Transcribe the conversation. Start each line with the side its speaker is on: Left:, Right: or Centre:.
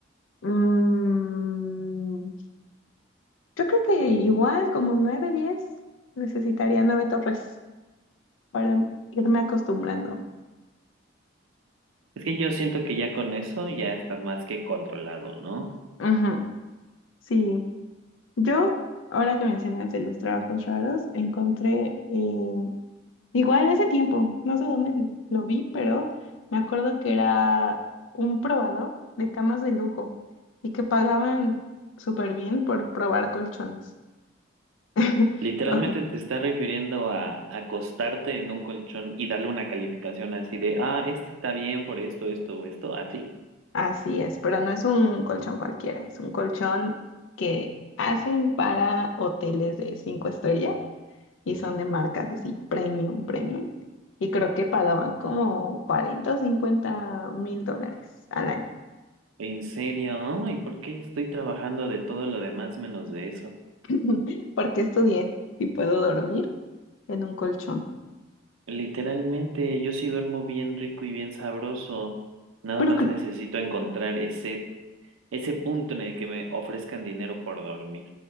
Left: Mm, Yo creo que igual como nueve, diez, necesitaría nueve torres para irme acostumbrando.
Right: Es que yo siento que ya con eso ya estás más que controlado, ¿no?
Left: Ajá. Sí, yo, ahora que mencionas de los trabajos raros, encontré, eh, igual hace tiempo, no sé dónde lo vi, pero me acuerdo que era un probador de camas de lujo y que pagaban súper bien por probar colchones. <laughs>
Right: Literalmente
Left: O-
Right: te estás refiriendo a acostarte en un colchón y darle una calificación así de, ah, este está bien por esto, esto o esto, así.
Left: Así es, pero no es un colchón cualquiera, es un colchón que hacen para hoteles de cinco estrellas y son de marcas así premium, premium. Y creo que pagaban como 40 o 50 mil dólares al año,
Right: ¿En serio? ¿Y por qué estoy trabajando de todo lo demás menos de eso?
Left: <laughs> porque estudié y puedo dormir en un colchón.
Right: Literalmente yo sí duermo bien rico y bien sabroso. Nada
Left: Pero,
Right: más
Left: cre-
Right: necesito encontrar ese, ese punto en el que me ofrezcan dinero por dormir.